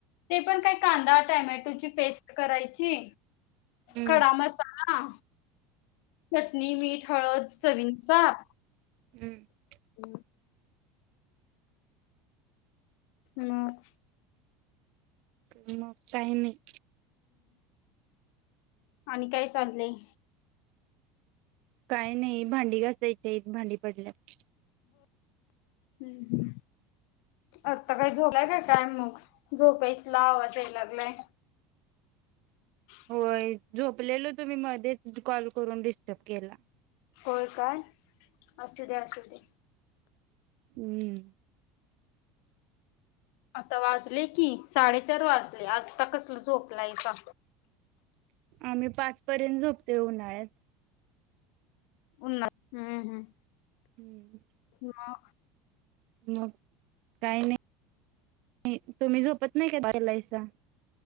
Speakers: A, on the left (about 75°); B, on the right (about 65°).
A: ते पण काय कांदा टोमॅटोची पेस्ट ट करायची.
B: हम्म
A: खडा मसाला चटणी मीठ हळद चवीनुसार
B: <unintelligible>
A: <inaudible> मग्
B: काय मग काय नाही.
A: आणि काय चाललंय
B: काय नाही भांडी घासायची हाईत भांडी पडल्यात.
A: हम्म आता काय झोपलाय काय काय मग झोपेतला आवाज याय लागलाय. होय
B: व्हंय झोपलेलो तुम्ही मध्येच कॉल करून डिस्टब केला.
A: होय काय असूदे असूदे.
B: हम्म
A: आता वाजले की साडेचार वाजले आता कसंल झोपलाईसा
B: आम्ही पाच पर्यंत झोपतोय उन्हाळ्यात
A: उन्हात हम्म हम्म
B: हम्म
A: उन्हाळा
B: मग काही नाही तुम्ही झोपत नाही काय <unintelligible>